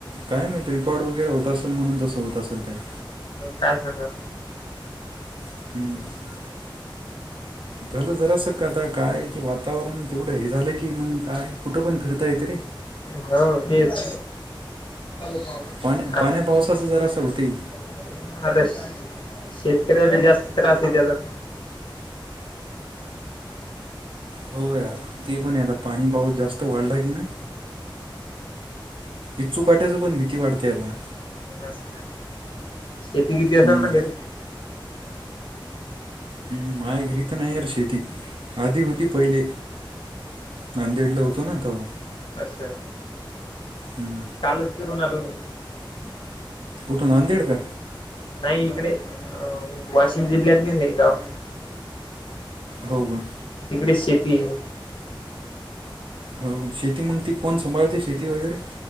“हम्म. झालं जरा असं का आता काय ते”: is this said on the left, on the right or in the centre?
Right